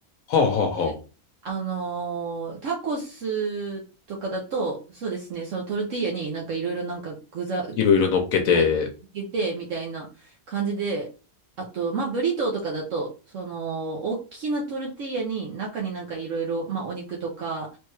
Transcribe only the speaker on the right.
であのータコスとかだと、そうですね、そのトルティーヤになんかいろいろなんか具材、
はい、かけてみたいな感じで、あと、まあ、ブリトーとかだと、その、大きなトルティーヤに中になんかいろいろ、まあ、お肉とか、